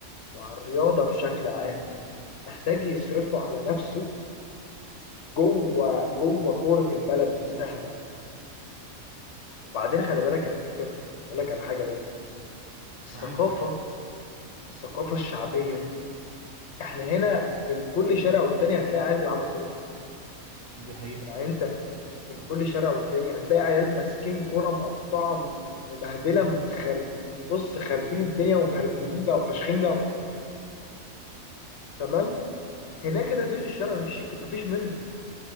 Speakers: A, on the left; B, on the right.
A: وعلى الرياضة بشكل عام محتاج يصرفه على نفسه جوه جوه كورة البلد نفسها بقى وبعدين خلي بالك يا بيتر اقول لك على حاجة برضو الثقافة
B: معاك
A: الثقافة الشعبية احنا هنا بين كل شارع والتاني هتلاقي عيال بيلعبوا كورة
B: دي حقيقه
A: يعني انت بين كل شارع والتاني هتلاقي عيال ماسكين كورة مقطعة مبهدلة مخرب بص خاربين الدنيا ومهربدين بيها فاشخين بيها بعض تمام هناك كده فيش الشارع مفيش مفيش منه